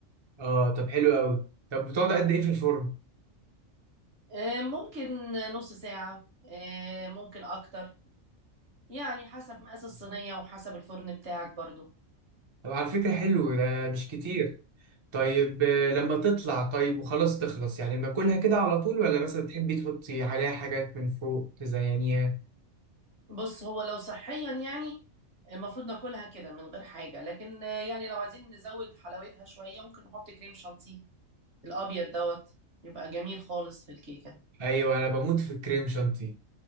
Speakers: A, on the right; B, on the right.
A: اه طب حلو قوي طب بتقعد قد ايه في الفرن
B: آه، ممكن نص ساعة آه، ممكن اكتر يعني حسب مقاس الصينية وحسب الفرن بتاعك برضو
A: طب على فكره حلو ده مش كتير طيب آه، لما تطلع طيب وخلاص تخلص يعني باكلها كده على طول ولا مثلا بتحبي تحطي عليها حاجات من فوق تزينيها
B: بص هو لو صحيا يعني المفروض ناكلها كده من غير حاجة لكن آه، يعني لو عايزين نزود حلاوتها شوية ممكن نحط كريم شانتيه الابيض دوت بيبقى جميل خالص في الكيكه
A: ايوه انا بموت في الكريم شانتي